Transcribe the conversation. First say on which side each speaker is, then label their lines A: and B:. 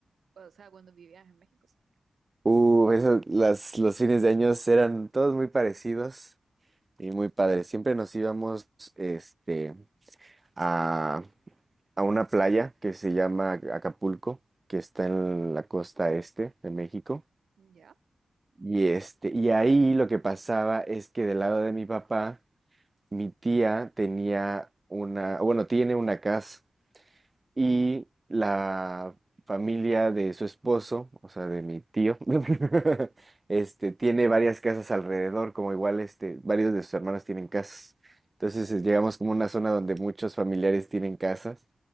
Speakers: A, on the right; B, on the right.
A: O sea, cuando vivías en México, sí.
B: Uh, eso, las, los fines de año eran todos muy parecidos y muy padres. Siempre nos íbamos este, a, a una playa que se llama Acapulco, que está en la costa este de México.
A: Ya,
B: Y, este, y ahí lo que pasaba es que del lado de mi papá, mi tía tenía una, bueno, tiene una casa y la familia de su esposo, o sea, de mi tío, <laughs> este, tiene varias casas alrededor, como igual este, varios de sus hermanos tienen casas. Entonces eh, llegamos como a una zona donde muchos familiares tienen casas.